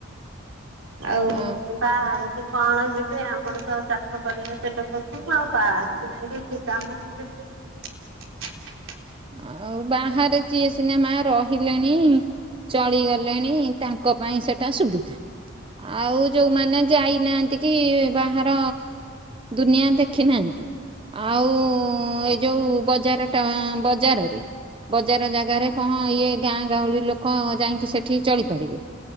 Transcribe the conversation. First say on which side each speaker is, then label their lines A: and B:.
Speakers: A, on the right (about 80°); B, on the right (about 25°).
A: ଆଉ
B: ଅ
A: ବାହାରକୁ କଣ ଯିବେ ଆମର ତ ଚାଷ କରିବେ ପେଟ ପୋଷିବୁ ଆଉ ବାହାର ଯାଇକି କି କାମ କରିବେ।
B: ଆଉ ବାହାରେ ଯିଏ ସିନା ମା ରହିଲେଣି ଚଳିଗଲେଣି ତାଙ୍କ ପାଇଁ ସେଟା ସୁବିଧା। ଆଉ ଯୋଉମାନେ ଯାଇନାହାନ୍ତି କି ବାହାର ଦୁନିଆ ଦେଖିନାହାନ୍ତି ଆଉ ଏଇ ଯୋଉ ବଜାର ଟା ବ୍ ଯାରରେ। ବଜାର ଜାଗାରେ କଣ ଇଏ ଗାଁ ଗଉଳି ଲୋକ ଯାଇଁକି ସେଠି ଚଳିପାରିବେ?